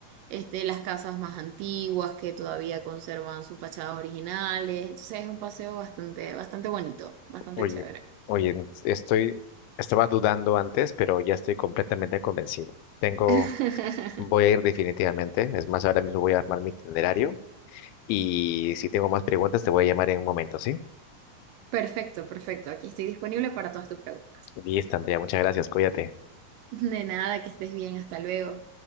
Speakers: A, on the right; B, on the left.
A: este, las casas más antiguas que todavía conservan sus fachadas originales. Entonces es un paseo bastante, bastante bonito, bastante
B: oye,
A: chévere.
B: oye, estoy, estaba dudando antes, pero ya estoy completamente convencido. Tengo,
A: <laughs>
B: voy a ir definitivamente. Es más, ahora mismo voy a armar mi itinerario y si tengo más preguntas te voy a llamar en un momento, ¿sí?
A: Perfecto, perfecto. Aquí estoy disponible para todas tus preguntas.
B: Listo, Andrea, muchas gracias, cuídate.
A: De nada, que estés bien, hasta luego.